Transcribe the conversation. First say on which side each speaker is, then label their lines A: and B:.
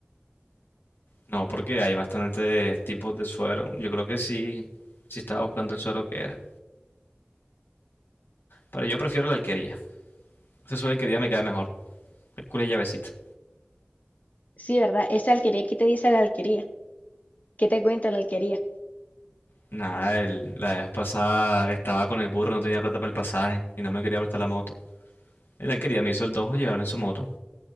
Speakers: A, on the left; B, on the left.
A: No, porque hay bastantes tipos de suero. Yo creo que sí, sí estaba buscando el suero que era. Pero yo prefiero la alquería. Ese suero de alquería me cae mejor. El culo y llavecita.
B: Sí, ¿verdad? Esa alquería, ¿qué te dice la alquería? ¿Qué te cuenta la alquería?
A: Nada, el- la vez pasada estaba con el burro, no tenía plata para el pasaje y no me quería prestar la moto. Y la alquería me hizo el dojo llevarme en su moto.